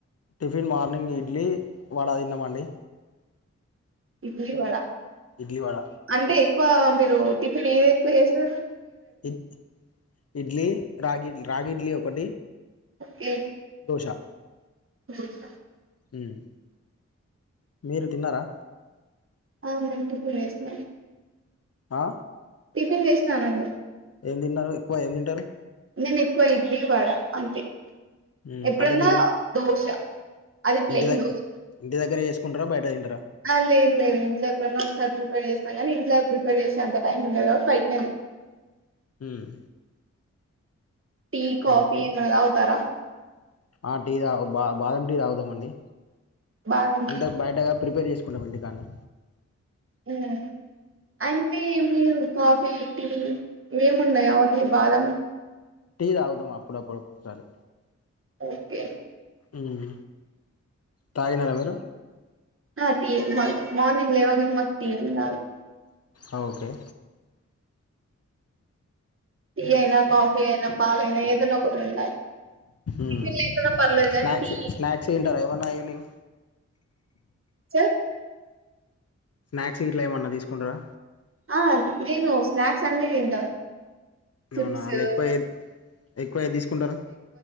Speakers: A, on the left; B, on the right.
A: టిఫిన్ మార్నింగ్ ఇడ్లీ వడ తిన్నామండి
B: ఇడ్లీ వడ
A: ఇడ్లీ వడ
B: అంటే ఎక్కువ మీరు టిఫిన్ ఏది ఎక్కువ చేస్తారు
A: ఇ ఇడ్లీ రాగిడ్లీ రాగి ఇడ్లీ ఒకటి
B: ఓకే
A: దోష
B: దోస
A: హ్మ్ మీరు తిన్నారా
B: ఆ మన ట్రిప్పు వేసినాము
A: ఆ
B: టిఫిన్ చేసినానండి
A: ఏం తిన్నారు ఎక్కువ ఏం తింటారు
B: నేను ఎక్కువ ఇడ్లీ వడా అంతే
A: ఉమ్
B: ఎప్పుడన్నా
A: అంటే మీరు
B: దోశ అది ప్లెయిన్
A: ఇంటి దగ్గ
B: దోశ
A: ఇంటి దగ్గర ఏసుకుంటారా బయట తింటారా
B: ఆ లేదు లేదు ఇంట్లో ఎప్పుడనా ఒకసారి ప్రిపేర్ చేస్తాం కానీ ఇంట్లో ప్రిపేర్ చేసే అంత టైం ఉండదు కాబట్టి బయట్నేది
A: హ్మ్
B: టీ కాఫీ
A: ఓకే
B: ఏమన్నా తాగుతారా
A: ఆ టీ తాగు బా బాదం టీ తాగుతాము అండి
B: బాదం
A: అంతే
B: టీ
A: బయటగా ప్రిపేర్ చేసుకుంటామండి కానీ
B: హ్మ్ అంటే మీరు కాఫీ టీ ఏముండవ్ ఓన్లీ బాదం
A: టీ తగుతాం అప్పుడప్పుడు ఒకొక్కసారి
B: ఓకే
A: ఉమ్ తాగినారా మీరు
B: ఆ టీ మ మార్నింగ్ లేవంగా మకు టీ ఉండాలే
A: అ ఓకే
B: టీ అయినా కాఫీ అయినా పాల్ అయినా ఏదైనా ఒకటి ఉండాలి
A: ఉమ్
B: టిపిన్ లేకున్న పర్లేదు గానీ
A: స్నాక్స్
B: టీ
A: స్నాక్స్ తింటారా ఏమన్నా ఈవినింగ్
B: చె
A: స్నాక్స్ గిట్ల ఏమన్నా దిస్కుంటరా
B: ఆ నేను స్నాక్స్ అన్ని తింటా చిప్సు
A: అవునా వాళ్ళు ఎక్కువ ఏది ఎక్కువ ఏది తీసుకుంటారు